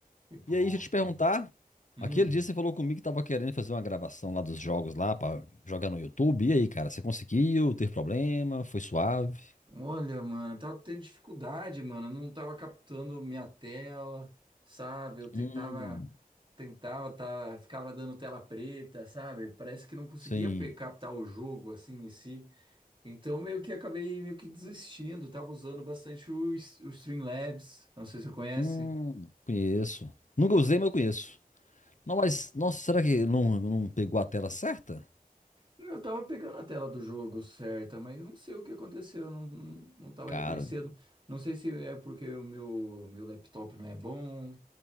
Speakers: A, on the right (about 30°); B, on the left (about 55°).
A: Que bom.
B: E aí, deixa eu te perguntar.
A: Hum,
B: Aquele dia você falou comigo que tava querendo fazer uma gravação lá dos jogos lá pra jogar no YouTube. E aí, cara? Você conseguiu? Teve problema? Foi suave?
A: olha, mano, tava tendo dificuldade, mano, não tava captando minha tela, sabe? Eu tentava,
B: Hum,
A: tentava, tava, ficava dando tela preta, sabe? Parece que não conseguia
B: sim.
A: pe- captar o jogo, assim, em si. Então, meio que acabei meio que desistindo, tava usando bastante o, S- o Streamlabs, não sei se você conhece.
B: Hum, conheço. Nunca usei, mas eu conheço. Não, mas, nossa, será que não, não pegou a tela certa?
A: Eu tava pegando a tela do jogo certa, mas não sei o que aconteceu, não, não, não tava
B: Cara,
A: reconhecendo. Não sei se é porque o meu, meu laptop não é bom,